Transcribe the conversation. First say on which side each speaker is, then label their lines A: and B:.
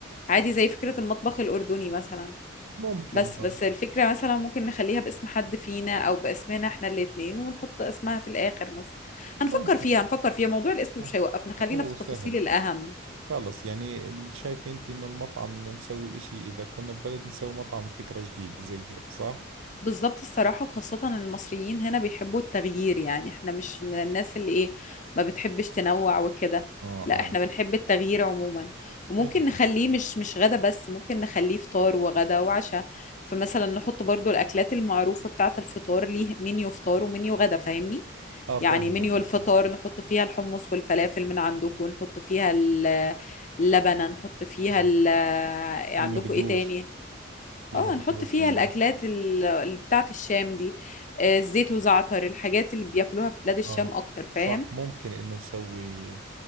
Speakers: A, on the left; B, on the right.
A: عادي زي فكرة المطبخ الاردني مثلا
B: ممكن
A: بس
B: برضه
A: بس الفكرة مثلا ممكن نخليها باسم حد فينا أو باسمنا احنا الاتنين ونحط اسمها في الآخر مثلا هنفكر
B: ممكن
A: فيها هنفكر فيها موضوع الاسم
B: آه.
A: مش هيوقفنا خلينا
B: هو
A: في التفاصيل
B: سهل
A: الأهم
B: خلص يعني ال- شايف أنت إنه المطعم إنه نسوي إشي إذا كنا ببلد نسوي مطعم فكرة جديدة زي هيك صح؟
A: بالظبط الصراحة وخاصة إن المصريين هنا بيحبوا التغيير يعني احنا مش من الناس اللي ايه ما بتحبش تنوع وكده
B: آه آه
A: لا احنا بنحب التغيير عموما وممكن
B: حلو
A: نخليه مش مش غدا بس ممكن نخليه فطار وغدا وعشاء فمثلا نحط برضو الأكلات المعروفة بتاعة الفطار ليه منيو فطار ومنيو غدا فاهمني
B: آه فاهم
A: يعني منيو
B: عليك
A: الفطار نحط فيها الحمص والفلافل من عندكم ونحط فيها ال- اللبنة نحط فيها
B: اه
A: ال-
B: في
A: عندكم
B: مقدوس
A: ايه تاني
B: في
A: اه
B: مقدوس
A: نحط فيها
B: عندنا
A: الاكلات ال- اللي بتاعه الشام دي آه، الزيت وزعتر الحاجات اللي بياكلوها في بلاد الشام
B: اه
A: اكتر فاهم
B: صح ممكن انه نسوي